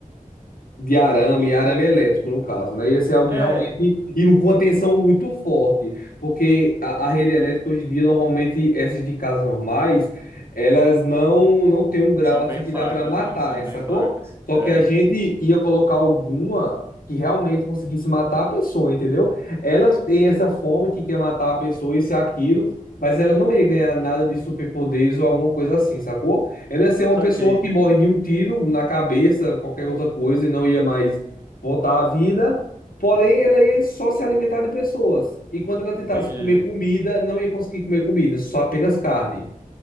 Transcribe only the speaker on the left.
de arame,
e arame elétrico, no caso, né? Ia ser algo
realmente e com uma tensão muito forte, porque a, a rede elétrica hoje em dia, normalmente, essas de casas normais, elas não não tem um grau
assim
que dá para matar,
sacou?
Só
que a gente
ia colocar alguma que realmente conseguisse matar a pessoa, entendeu? Ela tem essa fome que quer matar a pessoa, isso e aquilo, mas ela não ia ganhar nada de superpoderes ou alguma coisa assim, sacou? Ela ia ser uma
pessoa que morre de um tiro na cabeça, qualquer outra coisa, e não ia mais voltar à vida. Porém, ela ia só se alimentar de pessoas. E quando ela tentasse
comer comida, não ia conseguir comer comida, só apenas carne.